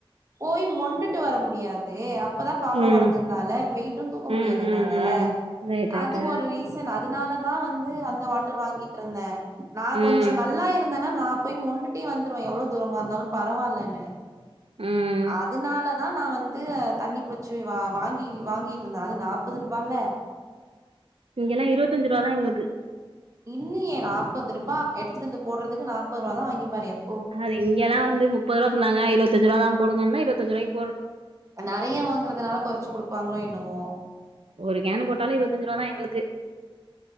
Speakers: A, on the right; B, on the right.
A: போய் மொண்டுட்டு வர முடியாது அப்பதா பாப்பா
B: ம்
A: பொறந்திருந்தால்ல வெய்ட்டு தூக்க
B: ம்
A: முடியாது என்னால
B: ம் ம் ரைட் ரைட்டு
A: அது ஒரு ரீசன் அதுனாலதா வந்து அந்த வாட்டர் வாங்கிட்டுருந்தெ நா
B: ம்
A: கொஞ்சொ நல்லாருந்தேன்னா நா போய் மொண்டுட்டே வந்துருவ எவ்ளோ தூரமார்ந்தாலு பரவால்லனு
B: ம்
A: அதுனாலதா நா வந்து தண்ணி புடிச்சு வா வாங்கி வாங்கிட்டுருந்தே அது நாப்பது ரூபால்ல
B: இங்கல்லா இருவத்தஞ்சுருவாதா எங்குளுக்கு
A: இல்லுயே நாப்பதுருபா எடுத்துட்டு வந்து போடடறதுக்கு நாப்பதுரூபா தா வாங்கிப்பாரு எப்
B: அது இங்கலா வந்து முப்பது ருவா சொன்னாங்க இருவத்தஞ்சு ருவா தா போடுங்கன்னு இருவந்தஞ்சுருவாக்
A: நறைய வாங்கறதுனால கொறச்சு குடுப்பாங்ளோ என்னம்மோ
B: ஒரு கேனு போட்டாலு இருவத்தஞ்சு ருவாதா எங்களுக்கு